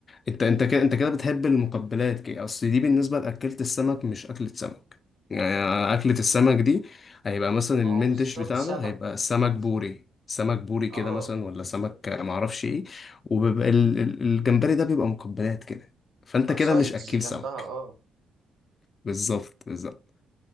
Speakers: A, on the left; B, on the right.
A: انت انت كده انت كده بتحب المقبلات كده اصل دي بالنسبة لأكلة السمك مش أكلة سمك يعني أكلة السمك دي هيبقى مثلا
B: ما
A: المين
B: هو بالظبط
A: ديش بتاعنا
B: سمك
A: هيبقى سمك بوري سمك بوري كده
B: اه
A: مثلا ولا سمك معرفش ايه وبيبقى ال- ال- الجمبري ده بيبقى مقبلات كده فانت
B: والسايدز
A: كده مش أكيل
B: جنبها
A: سمك
B: اه
A: بالظبط بالظبط